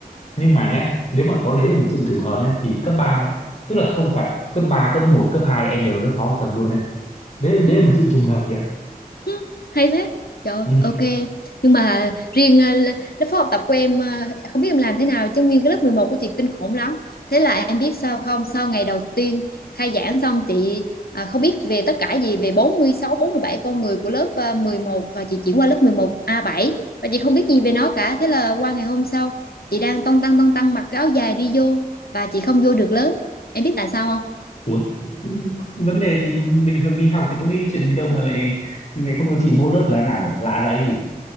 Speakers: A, on the left; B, on the left.
A: Nhưng mà nhá, nếu mà có đấy là một sự trùng hợp nhá, thì cấp 3 tức là không phải cấp 3 cấp một cấp 2 em đều ở lớp phó học tập luôn đấy. Đấy, đấy
B: Ừ.
A: là một sự trùng hợp chị ạ.
B: Hứ, hay thế trời
A: <laughs> Ừ.
B: ok nhưng mà riêng ờ, l- lớp phó học tập của em ờ, không biết em làm thế nào chứ nguyên cái lớp 11 của chị kinh khủng lắm thế là em biết sao không sau ngày đầu tiên khai giảng xong chị à, không biết về tất cả gì về bốn bốn mươi sáu, bốn mươi bảy con người của lớp ờ, mười một và chị chuyển qua lớp 11 a bảy và chị không biết gì về nó cả thế là qua ngày hôm sau chị đang ton tăng ton tăng mặc cái áo dài đi vô và chị không vô được lớp em biết tại sao không
A: Ủa, ừ, vấn đề gì bình thường đi học thì có cái chuyện gì đâu mà lại lại không cho chị vô lớp là thế nào nhỉ lạ vậy